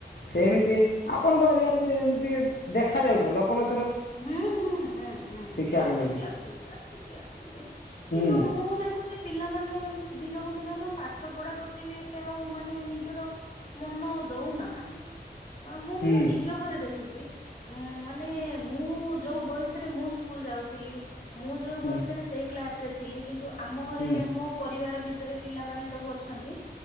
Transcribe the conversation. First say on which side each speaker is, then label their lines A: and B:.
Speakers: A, on the left; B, on the left.
A: ସେମିତି ଆପଣଙ୍କ ଏରିଆରେ ବି ଏମିତି ଦେଖା ଯାଉଥିବ ଲୋକ ଲୋ
B: ହୁଁ ହୁଁ ହୁଁ ହୁଁ
A: ଶିକ୍ଷାକୁ
B: ଆସୁଛି
A: ନେଇକି
B: ଆସୁଛି ଆସୁଛି ଆସୁଛି
A: ହୁଁ
B: କିନ୍ତୁ ମୁଁ ଦେ ଖୁଚି ପିଲାମାନେ ଦିନକୁ ଦିନ ନା ପାଠ ପଢା ପ୍ରତି ବି ଏତେ ଆଉ ମାନେ ନିଜର। ମନ ଦଉନାହାନ୍ତି ମୁଁ
A: ହୁଁ
B: ମୋ ନିଜ ଘରେ ଦେଖୁଛି ଉଁ ମାନେ। ମୁଁ ଯୋଉ ବୟସରେ ମୁଁ ସ୍କୁଲ ଯାଉଥିଲି ମୁଁ ଯୋଉ
A: ହୁଁ
B: ବୟସରେ ସେଇ କ୍ଲାସ ରେ ଥିଲି କିନ୍ତୁ। ଆମ ଘରେ
A: ହୁଁ
B: ମୋ ପରିବାର ଭିତରେ ପିଲାମାନେ ସବୁ ଅଛନ୍ତି